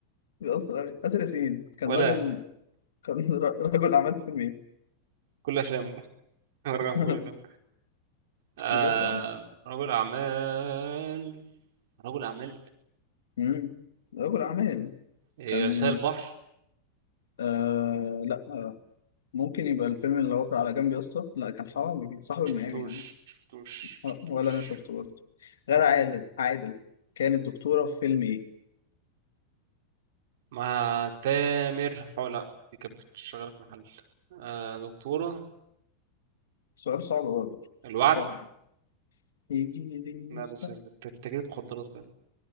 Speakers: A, on the left (about 60°); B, on the right (about 55°).
A: بيأثر قوي آسر ياسين كان
B: ولا
A: راجل كان <laughs> را- رجل اعمال في المية
B: كل افلامه <laughs> رغم
A: <laughs>
B: كل أفلامه. آه
A: بجد عم
B: رجل اعمال رجل اعمال
A: امم رجل اعمال
B: إيه،
A: كان
B: رسائل بحر
A: آه لا آه ممكن يبقى الفيلم اللي هو بتاع على جنب يا اسطى لا كان حرام صاحب
B: شفتوش
A: المقام يعني
B: شفتوش
A: ولا
B: شفتوش
A: انا شفته برضه غادة عادل عادل كانت دكتوره في فيلم ايه؟
B: مع تامر حو لا دي كانت شغاله في محل آه دكتوره
A: سؤال صعب برضه
B: الوعد
A: مش سهل يعني. يجي يجي
B: لا
A: يسطا
B: بس ت- تجارة مخدرات